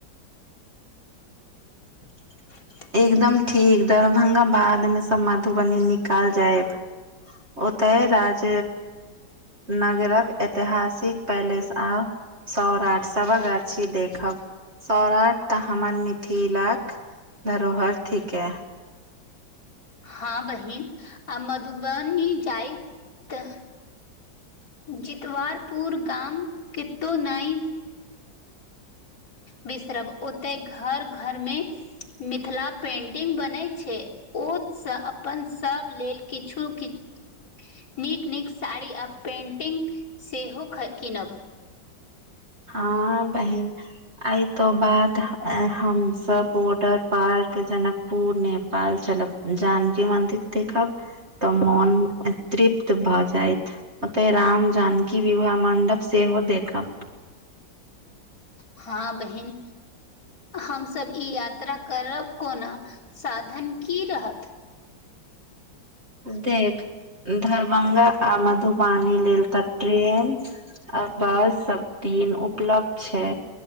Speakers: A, on the left (about 45°); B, on the right (about 35°).
A: <inaudible>
B: एकदम ठीक, दरभंगा के बाद, सब मधुबनी निकल जायब। ओतऽ राज नगरक, ऐतिहासिक पैलेस आ सौराठ सभागाछी देखब, सौराठ तऽ हमर मिथिलाक धरोहर थीके।
A: हँ बहिन! आ मधुबनी जाइ त जितवारपुर गाम कतो नहि बिसरब, ओते घर- घर मे मिथिला पेंटिंग बनै छै। ओतसँ अपन सभ लेल किछु -किछ नीक- नीक साड़ी, आ पेन्टिंग सेहो कीनब।
B: हँ बहिन! एहि के बाद, हमसब बॉर्डर पार क जनक पूर, नेपाल चलब, जानकी मन्दिर देखब। तऽ मन तृप्त भऽ जायत। ओते राम जानकी विवाह मण्डप सेहो देखब।
A: हँ बहिन! हमसभ ई यात्रा करब कोना, साधन की रहत?
B: देख दरभंगा आ मधुबानी लेल तऽ ट्रेन। आ बस सब दिन उपलब्ध छै।